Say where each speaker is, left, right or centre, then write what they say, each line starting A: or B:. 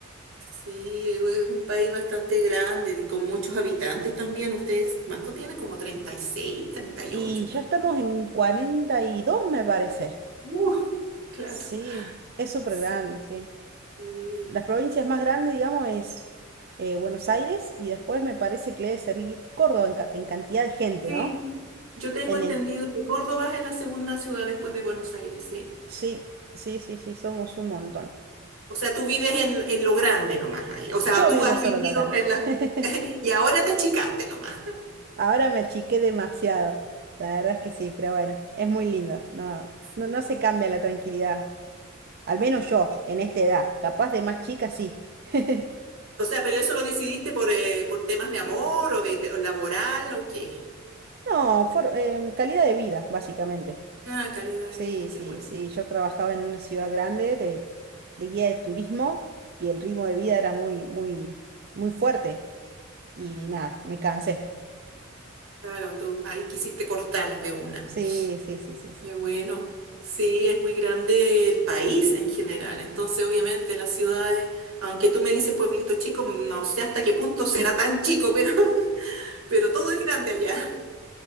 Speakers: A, on the right; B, on the right.
A: Sí, es un país bastante grande y con muchos habitantes también. ¿Ustedes cuánto tienen? ¿Como treinta treinta y seis, treinta y
B: Y
A: ocho,
B: ya
A: ¿Cuánto?
B: estamos en 42 me parece.
A: Uh, claro.
B: Sí, es súper
A: Sí.
B: grande, sí.
A: Sí.
B: Las provincias más grandes, digamos, es eh, Buenos Aires y después me parece que le debe seguir Córdoba en, ca- en cantidad de gente,
A: Sí.
B: ¿no?
A: Yo tengo
B: En,
A: entendido
B: en
A: que Córdoba es la segunda ciudad después de Buenos Aires, sí.
B: Sí, sí, sí, sí, somos un montón.
A: O sea, tú vives en, en lo grande nomás ahí. O sea,
B: Yo
A: tú
B: vivo
A: has
B: solo
A: vivido
B: lo grande.
A: en la...
B: <laughs>
A: Y ahora te achicaste nomás.
B: Ahora me achiqué demasiado. La verdad es que sí, pero bueno, es muy lindo. No,
A: Sí.
B: no, no se cambia la tranquilidad. Al menos yo,
A: Y-
B: en esta edad. Capaz de más chica, sí. <laughs>
A: o sea, pero eso lo decidiste por, eh, por temas de amor o de, de- o laboral o qué.
B: No, for- em, calidad de vida, básicamente.
A: Ah, calidad
B: Sí,
A: de vida,
B: sí,
A: qué bueno.
B: sí. Yo trabajaba en una ciudad grande de, de guía de turismo y el ritmo de vida era muy, muy, muy fuerte. Y
A: Mm.
B: nada, me cansé.
A: Claro, tú ahí quisiste cortar de una.
B: Sí, sí, sí, sí, sí.
A: Qué bueno. Sí, es muy grande el país en general. Entonces, obviamente, las ciudades, aunque tú me dices pueblito chico, no sé hasta qué punto será tan chico, pero, <laughs> pero todo es grande allá.